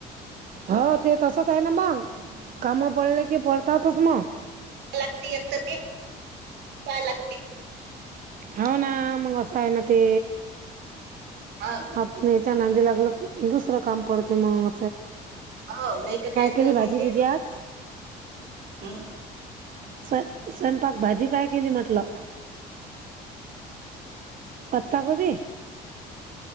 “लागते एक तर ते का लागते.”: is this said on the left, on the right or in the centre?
Right